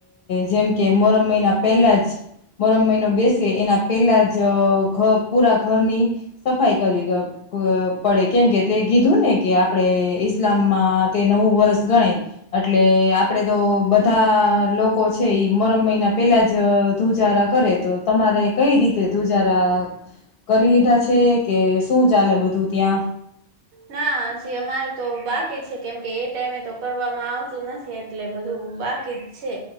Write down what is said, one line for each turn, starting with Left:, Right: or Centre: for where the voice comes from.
Left: જેમ કે મોહરમ મહિના પહેલા જ મોહરમ મહીના બેસે એના પહેલા જ આ ઘર પૂરા ઘરની સફાઈ કરી ગ અ પડે કેમકે તે કીધું ને કે આપણે ઈસ્લામમાં તે નવું વર્ષ ગણાય. અટલે આપડે તો બધા લોકો છે ઈ મોહરમ મહિના પેલા જ ધુજારા કરે તો તમારે કઈ રીતે ધૂજારા કરી લીધા છે કે શું ચાલે બધું ત્યાં?
Right: ના હજી અમારે તો બાકી છે કેમકે એ ટાઈમે તો કરવામાં આવતું નથી એટલે બધું બાકી જ છે